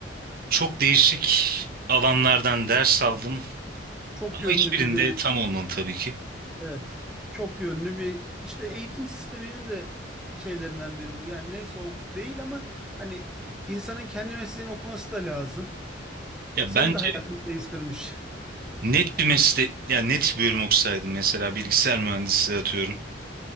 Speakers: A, on the right; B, in the centre.
A: Çok değişik alanlardan ders aldım.
B: Çok
A: Ama
B: yönlü
A: hiçbirinde
B: bir de
A: tam olmadı tabii ki.
B: evet. Çok yönlü bir işte eğitim sisteminin de şeylerinden biri bu. Yani neyse o değil ama hani insanın kendi mesleğini okuması da lazım.
A: Ya
B: Seni
A: bence
B: de hayatını değiştirmiş.
A: net bir meslek, ya net bir bölüm okusaydım mesela bilgisayar mühendisliği atıyorum.